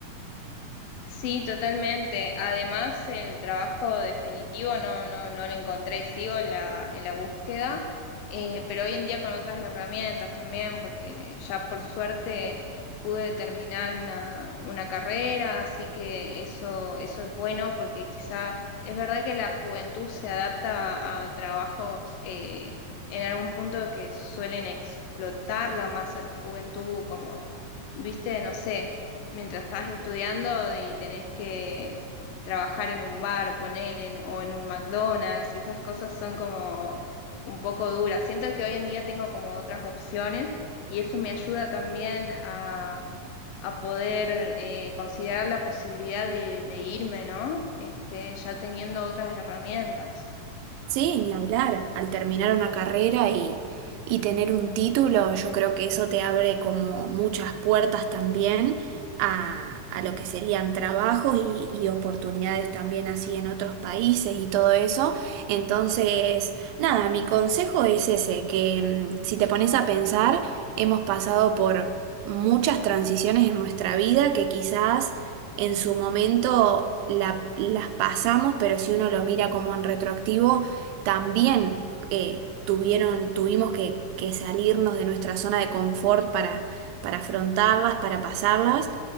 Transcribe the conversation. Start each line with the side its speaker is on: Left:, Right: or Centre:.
Left: Sí, totalmente. Además, el trabajo definitivo no, no, no lo encontré, sigo en la, en la búsqueda, eh, pero hoy en día con otras herramientas también, porque ya por suerte pude terminar una, una carrera, así que eso, eso es bueno, porque quizá es verdad que la juventud se adapta a trabajos eh, en algún punto que suelen explotarla más a la juventud, como, viste, no sé mientras estás estudiando y tenés que trabajar en un bar, ponele, en- o en un McDonald's, y esas cosas son como un poco duras. Siento que hoy en día tengo como otras opciones y eso me ayuda también a, a poder eh, considerar la posibilidad de, de irme, ¿no? Este, ya teniendo otras herramientas.
Right: Sí, ni hablar. Al terminar una carrera y, y tener un título, yo creo que eso te abre como muchas puertas también a, a lo que serían trabajos y, y oportunidades también así en otros países y todo eso. Entonces, nada, mi consejo es ese, que mm, si te pones a pensar, hemos pasado por muchas transiciones en nuestra vida que quizás... En su momento la- las pasamos, pero si uno lo mira como en retroactivo, también eh, tuvieron, tuvimos que, que salirnos de nuestra zona de confort para, para afrontarlas, para pasarlas,